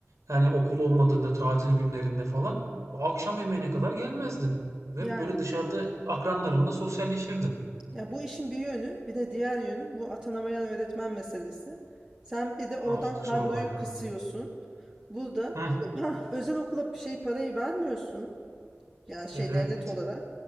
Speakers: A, on the right; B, on the right.
A: Yani okul olmadığında, tatil günlerinde falan. Akşam yemeğine kadar gelmezdin. Hep
B: Yani.
A: böyle dışarıda akranlarınla sosyalleşirdin.
B: Ya bu işin bir yönü, bir de diğer yönü bu atanamayan öğretmen meselesi. Sen bir de oradan
A: Ah
B: kadroyu
A: sorma ya.
B: kısıyorsun. Burada
A: Hı,
B: ha, özel okula şey parayı vermiyorsun. Yani şey
A: evet.
B: devlet olarak.